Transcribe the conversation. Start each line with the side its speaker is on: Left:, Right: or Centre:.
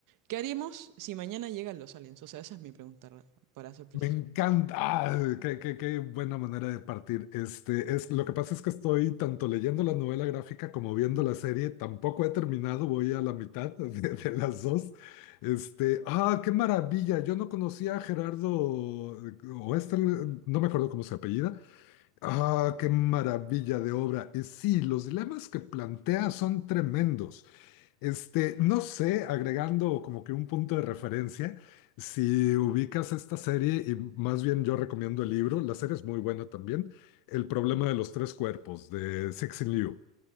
Right: ¿qué haríamos si mañana llegan los aliens? O sea, esa es mi pregunta, ra- para ser preciso.
Left: me encanta, ah, qué, qué- qué buena manera de partir. Este, es, lo que pasa es que estoy tanto leyendo la novela gráfica como viendo la serie, tampoco he terminado, voy a la mitad <laughs> de, de las dos. Este, ah, qué maravilla, yo no conocía a Gerardo, o este, no me acuerdo cómo se apellida Ah, qué maravilla de obra. Y sí, los dilemas que plantea son tremendos. Este, no sé, agregando como que un punto de referencia, si ubicas esta serie, y más bien yo recomiendo el libro, la serie es muy buena también, El problema de los tres cuerpos de Cixin Liu.